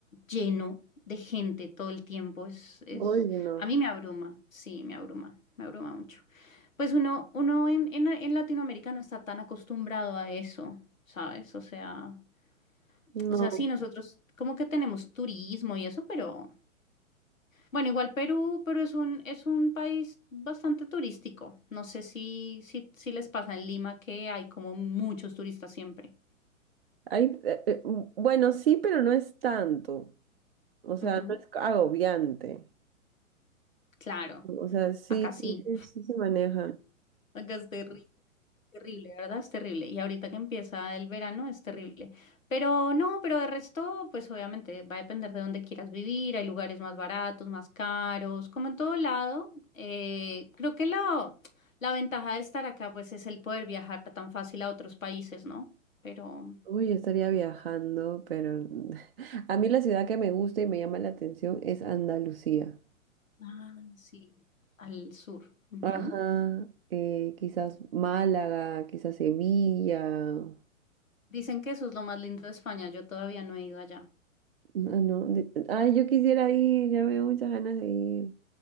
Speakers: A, on the left; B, on the right.
A: lleno de gente todo el tiempo es, es,
B: Uy, no.
A: a mí me abruma, sí, me abruma, me abruma mucho. Pues uno, uno en, en, en Latinoamérica no está tan acostumbrado a eso, ¿sabes? O sea,
B: No.
A: o sea, sí, nosotros como que tenemos turismo y eso, pero bueno, igual Perú, pero es un, es un país bastante turístico. No sé si, si, si les pasa en Lima que hay como muchos turistas siempre.
B: Hay, eh, eh, bueno, sí, pero no es tanto. O sea,
A: Ujú.
B: no es agobiante.
A: Claro,
B: O sea, sí,
A: acá
B: sí,
A: sí,
B: sí, sí se maneja.
A: acá es terri- terrible, ¿verdad? Es terrible. Y ahorita que empieza el verano es terrible. Pero no, pero de resto, pues obviamente va a depender de dónde quieras vivir. Hay lugares más baratos, más caros, como en todo lado. Eh, creo que la, la ventaja de estar acá, pues es el poder viajar tan fácil a otros países, ¿no? Pero,
B: Uy, estaría viajando, pero <laughs> a mí la ciudad que me gusta y me llama la atención es Andalucía.
A: ah, sí, al sur. Ujú.
B: Ajá, eh, quizás Málaga, quizás Sevilla.
A: Dicen que eso es lo más lindo de España. Yo todavía no he ido allá.
B: Ah, no, de- ay, yo quisiera ir, ya me dio muchas ganas de ir.